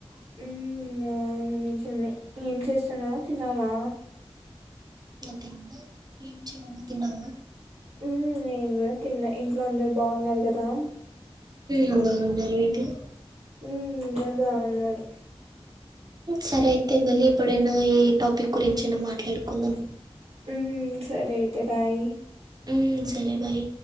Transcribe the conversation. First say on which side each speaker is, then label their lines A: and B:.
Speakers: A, on the right; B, on the right.
A: మ్ అవును నిజమె ఏం చేస్తాన్నావ్ తిన్నావా
B: తిన్నావా ఏం చేయమన్నవ్ తిన్నావ
A: మ్ నేను కూడా తిన్నా ఇంట్లో అందరు బావున్నారు కదా
B: మ్ బావున్నారు మీ ఇంట్లో
A: ఊమ్ అందరు బావున్నారు
B: సరే అయితే మళ్ళీ ఎప్పుడైనా ఏఎ టాపిక్ గురించైనా మాట్లాడుకుందాం
A: ఉమ్ సరే అయితే బాయ్
B: ఉ మ్ సరే బాయ్